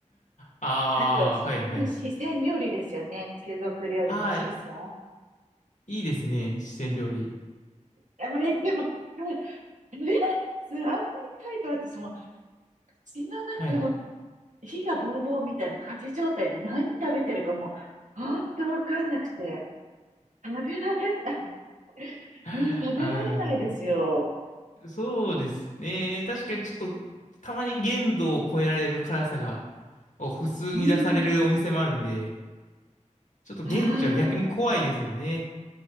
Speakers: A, on the left; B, on the right.
A: ああ、
B: あと、
A: はいはい。
B: うん四川料理ですよね。中国料理の四川。
A: ああ、いいですね。四川料理。
B: あれ、でも、うん食べられますあんまり辛いと私も血の中
A: はい。
B: 火がボーボーみたいな火事状態で何食べてるかもう、本当わかんなくて、食べられない、<laughs>
A: あー
B: うん、食べられないですよ。
A: そうですね。確かにちょっとたまに限度を超えられる辛さが、を普通に出されるお店もあるんで、
B: うん。
A: ちょっと現地は逆に怖いですよね。
B: あ